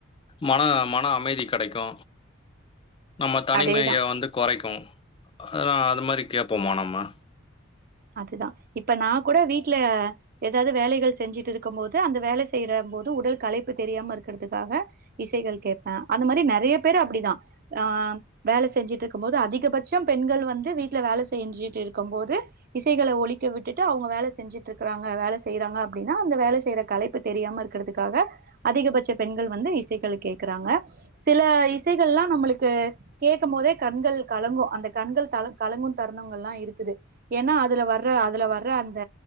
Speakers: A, on the left (about 25°); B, on the right (about 45°).
A: மன மன அமைதி கிடைக்கு நம்ம தனிமைய
B: அதேதா
A: வந்து கொறைக்கு ஆ அந்த மாரி கேப்போமா நம்ம
B: அது தா இப்ப நா கூட வீட்ல ஏதாவது வேலைகள் செஞ்சிட்டு இருக்கம் போது அந்த வேல செய்யுறம் போது உடல் களைப்பு தெரியாம இருக்கிறதுக்காக இசைகள் கேப்பே அந்த மாரி நெறைய பேரு அப்டிதா ஆ வேல செஞ்சிட்டு இருக்கு போது அதிகபச்சோ பெண்கள் வந்து வீட்ல வேல செஞ்சிட்டு இருக்கும் போது இசைகளை ஒலிக்க விட்டுட்டு அவுங்க வேல செஞ்சிட்டு இருக்குறாங்க வேல செய்றாங்க அப்டின்னா அந்த வேல செய்யுற களைப் ப்பு தெரியாம இருக்கிறதுக்காக அதிகபச்ச பெண்கள் வந்து இசைகள் கேக்குறாங்க சில இசைகள்லா நம்மளுக்கு கேக்க போதே கண்கள் கலங்கு அந்த கண்கள் த கலங்கு தருணங்கள்ல்லா இருக்குது ஏன்னா அதுல வர்ற அதுல வர்ற அந்த